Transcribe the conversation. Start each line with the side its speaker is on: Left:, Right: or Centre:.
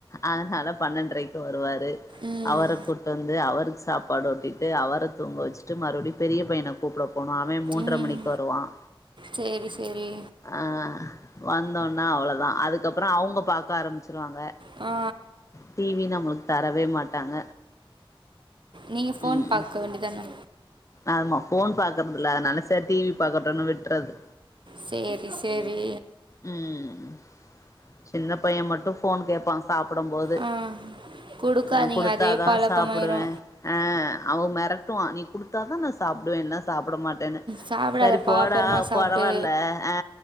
Left: அதனால பன்னெண்டரைக்கு வருவாரு
Right: ம்
Left: அவர கூட்டு வந்து அவருக்கு சாப் பாடு ஊட்டிட்டு அவரைன தூங்க வெச்சுட்டு மறுபடியூ பெரிய பையன கூப்பிட போனோ அவே மூன்ரை
Right: ம்
Left: மணிக்கு வருவான்
Right: சேரி சேரி
Left: அ வந்தோட்னா அவ்ளோதா அதுக்கப்புறம் அவுங்க பாக்க ஆரம்பிச்சிருவாங்க
Right: ஆ
Left: டி வி நம்மளுக்கு தரவே மாட்டாங்க
Right: நீங்க ஃபோன்
Left: ம்
Right: பாக்க
Left: ம்
Right: வேண்டியத் தான
Left: ஆமா ஃபோன் பாக்குறதில்ல அதனால சேர் டி வி பாக்கட்டுன்னு விட்றது
Right: சேரி சேரி
Left: ம் சின்ன பையோ மட்டூ ஃபோன் கேப்பா சாப்புடும் போது
Right: ஆ குடுக்காதீங்க
Left: அ குடுத்தா
Right: அதே
Left: தா
Right: பழக்கமாயிரு
Left: சாப்புடுவே ஆ அவென் மெரட்டுவா நீ குடுத்தா தா நா சாப்டுவே இல்னா சாப்ட மாட் செர்னே
Right: சாப்டாதப்பா
Left: சரி போடா
Right: அப்புறமா
Left: பொரவால்ல
Right: சாப்டு
Left: ஆ